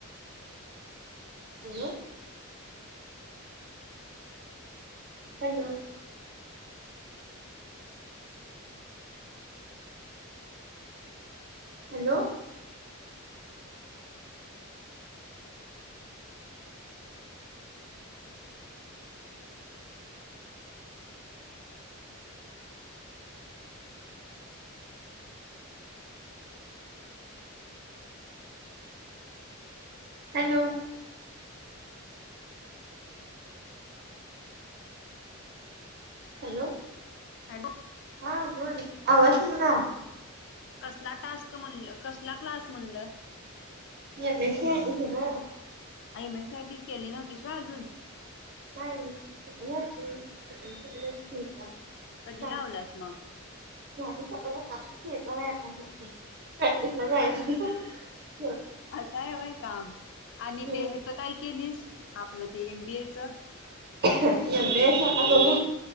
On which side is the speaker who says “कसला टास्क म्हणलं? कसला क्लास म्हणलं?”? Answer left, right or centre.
Left